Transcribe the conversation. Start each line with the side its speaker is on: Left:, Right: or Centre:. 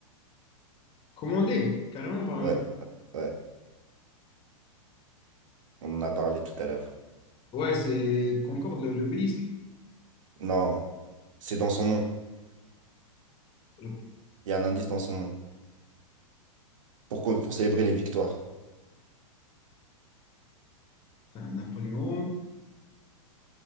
Left: Commandé, carrément par un...
Right: Ouais, ouais. On en a parlé tout à l'heure.
Left: Ouais, c'est Concorde, le- l'obélisque.
Right: Non, c'est dans son nom.
Left: Le...
Right: Il y a un indice dans son nom. Pour, co- pour célébrer les victoires.
Left: Putain, Napoléon.